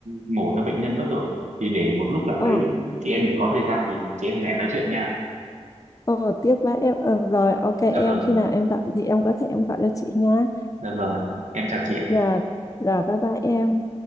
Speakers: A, on the right (about 85°); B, on the left (about 30°).
A: mổ cho bệnh nhân mất rồi. Thì để một lúc nào
B: ờ
A: đấy chị em mình có thời gian thì chị em mình lại nói chuyện nha.
B: ờ tiếp với em ờ, rồi ok em
A: Dạ vâng,
B: khi nào em rảnh thì em có thể em gọi cho chị nha
A: dạ vâng ạ. Em chào chị ạ.
B: Ừ. rồi rồi bye bye em